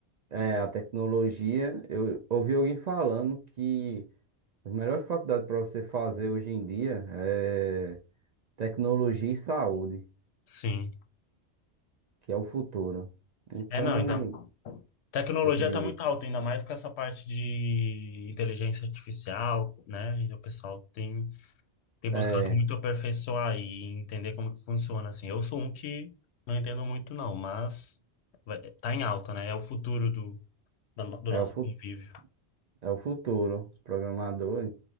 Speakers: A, on the right (about 55°); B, on the left (about 70°).
A: É, a tecnologia, eu ouvi alguém falando que As melhores faculdades para você fazer hoje em dia é tecnologia e saúde,
B: Sim.
A: que é o futuro. Então,
B: É, não, ainda. Tecnologia
A: decidi,
B: está muito alta, ainda mais com essa parte de inteligência artificial, né? E o pessoal tem tem buscado
A: é,
B: muito aperfeiçoar e entender como que funciona, assim. Eu sou um que não entendo muito, não, mas vai, tá em alta, né? É o futuro do, da no- do
A: é
B: nosso
A: o, fu-
B: convívio.
A: é o futuro, os programadores.